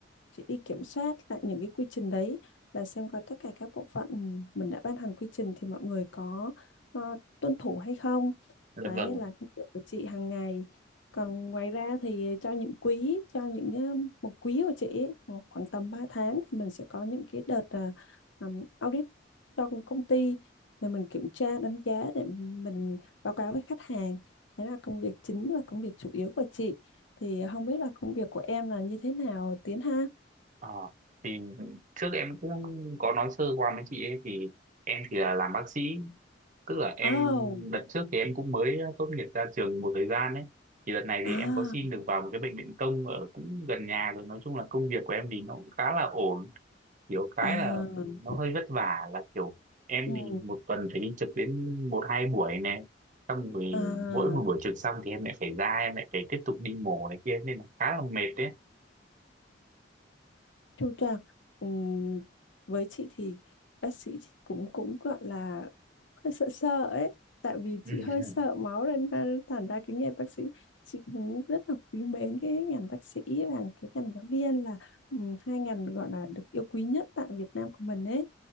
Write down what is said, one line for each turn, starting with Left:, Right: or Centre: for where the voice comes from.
Left: chị đi kiểm soát lại những cái quy trình đấy là xem coi tất cả các bộ phận mình đã ban hành quy trình thì mọi người có ờ, tuân thủ hay không
Right: dạ
Left: đấy
Right: vâng.
Left: là công việc của chị hàng ngày còn ngoài ra thì cho những quý cho những um, một quý của chị ấy, khoảng khoảng tầm 3 tháng thì mình sẽ có những cái đợt à, um, audit cho công công ty để mình kiểm tra đánh giá để mình báo cáo với khách hàng đấy là công việc chính và công việc chủ yếu của chị thì không biết là công việc của em là như thế nào Tiến ha
Right: Ờ, thì trước em cũng có nói sơ qua với chị ấy thì em thì là làm bác sĩ. Tức là em
Left: oh
Right: đợt trước thì em cũng mới ờ, tốt nghiệp ra trường một thời gian ấy. Thì đợt này thì
Left: à
Right: em có xin được vào một cái bệnh viện công ở cũng gần nhà rồi. Nói chung là công việc của em thì nó cũng khá là ổn kiểu cái
Left: à
Right: là nó hơi vất vả là kiểu em
Left: ừ
Right: thì một tuần phải đi trực đến một hai buổi này xong rồi
Left: à
Right: mỗi một buổi trực xong thì em lại phải ra em lại phải tiếp tục đi mổ này kia nên là khá là mệt đấy
Left: Chu toàn ừm, với chị thì bác sĩ cũng cũng gọi là hơi sợ sợ ấy tại vì
Right: <laughs>
Left: chị hơi sợ máu nên ra- thành ra cái nghề bác sĩ chị cũng rất là quý mến cái ngành bác sĩ và cái ngành giáo viên là ừm, hai ngành gọi là được yêu quý nhất tại Việt Nam của mình ấy